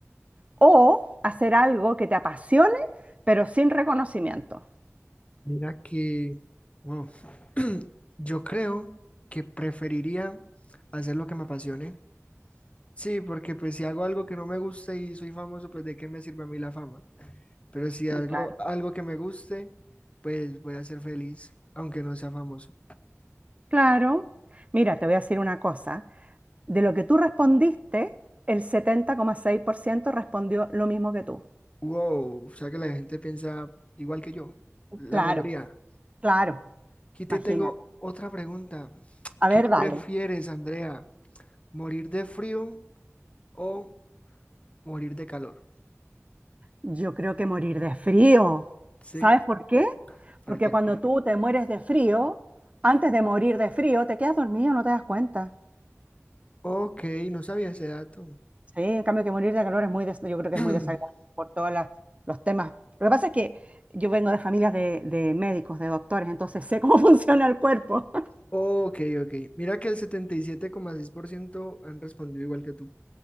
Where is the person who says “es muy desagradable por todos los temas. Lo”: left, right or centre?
Right